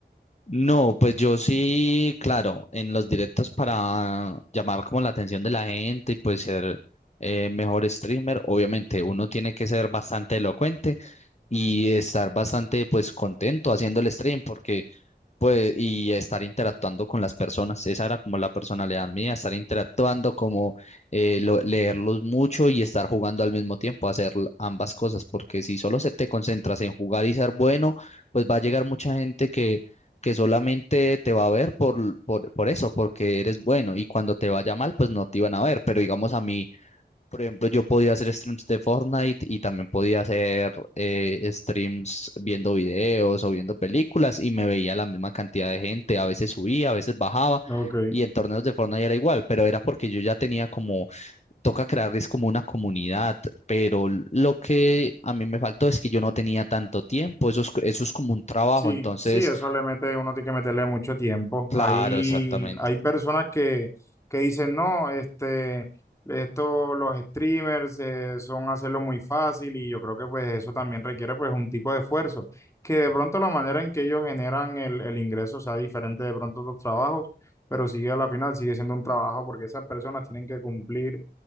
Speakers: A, on the left; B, on the left.
A: No, pues yo sí, claro, en los directos para llamar como la atención de la gente y pues ser eh, mejor streamer, obviamente uno tiene que ser bastante elocuente y estar bastante pues contento haciendo el stream porque pues, y estar interactuando con las personas. Esa era como la personalidad mía, estar interactuando, como eh, lo- leerlos mucho y estar jugando al mismo tiempo, hacer l- ambas cosas, porque si solo se te concentras en jugar y ser bueno, pues va a llegar mucha gente que, que solamente te va a ver por, por, por eso, porque eres bueno, y cuando te vaya mal, pues no te iban a ver. Pero digamos a mí por ejemplo, yo podía hacer streams de Fortnite y también podía hacer eh, streams viendo videos o viendo películas y me veía la misma cantidad de gente. A veces subía, a veces bajaba
B: Ok.
A: y en torneos de Fortnite era igual, pero era porque yo ya tenía como, toca crearles como una comunidad, pero lo que a mí me faltó es que yo no tenía tanto tiempo. Eso es, eso es como un trabajo,
B: Sí,
A: entonces,
B: sí, eso le mete, uno tiene que meterle mucho tiempo.
A: claro,
B: Hay,
A: exactamente.
B: hay personas que, que dicen, no, este, esto, los streamers eh, son hacerlo muy fácil y yo creo que pues eso también requiere pues un tipo de esfuerzo, que de pronto la manera en que ellos generan el, el ingreso sea diferente de pronto a tus trabajos, pero sigue a la final, sigue siendo un trabajo porque esas personas tienen que cumplir